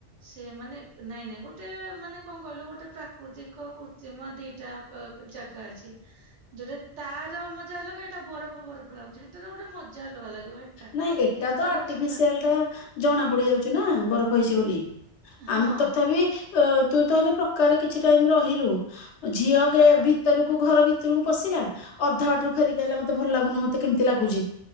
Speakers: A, on the right; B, on the left.
A: ସେ ମାନେ ନାଇଁ ନାଇଁ ଗୋଟେ ମାନେ କଣ କହିଲୁ ଗୋଟେ ପ୍ରାକୃତିକ କୃତ୍ରିମ ଦିଟା ଆକ ଜାଗା ଅଛି ଯୋଉଟା ତାର ମଜା ଅଲଗା ଏଇଟା ବରଫ ବରଫ ଲାଗୁଚି ହେଟାର ଗୋଟେ ମଜାଲଗା ଲାଗିବ ହେଟା
B: ନାଇଁ ଏଟା
A: ଯେହେତୁ
B: ତ
A: ତାର
B: ଆର୍ଟିଫିସିଆଲ
A: ସେ ପା
B: ଟା ଜଣା ପଡି ଯାଉଚି ନା ବରଫ ହେଇଚି ବୋଲି।
A: ହଁ
B: ଆମ ତଥାପି ଅ ତୁ ତ ହେଲେ ପ୍ରକାରେ କିଛି ଟାଇମ୍ ରହିଲୁ ଝିଅ ଗେ ଭିତରକୁ ଘର ଭିତରକୁ ପଶିଲା ଅଧା ବାଟରୁ ଫେରିକି ଆଲା ମତେ ଭଲ ଲାଗୁନି ମତେ କେମିତି ଲାଗୁଚି।